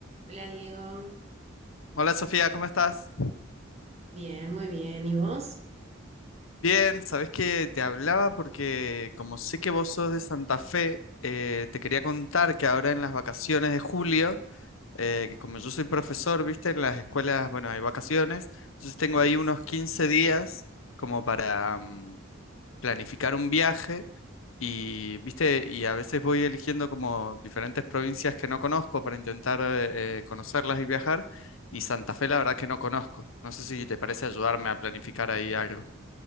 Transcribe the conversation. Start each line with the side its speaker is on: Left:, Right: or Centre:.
Right: Hola Diego,
Left: Hola Sofía, ¿cómo estás?
Right: bien, muy bien. ¿Y vos?
Left: Bien, sabes que te hablaba porque como sé que vos sos de Santa Fe, eh, te quería contar que ahora en las vacaciones de julio, eh, que como yo soy profesor, viste, en las escuelas, bueno, hay vacaciones, entonces tengo ahí unos 15 días como para mm, planificar un viaje y, viste, y a veces voy eligiendo como diferentes provincias que no conozco para intentar eh, eh, conocerlas y viajar. Y Santa Fe, la verdad que no conozco. No sé si te parece ayudarme a planificar ahí algo.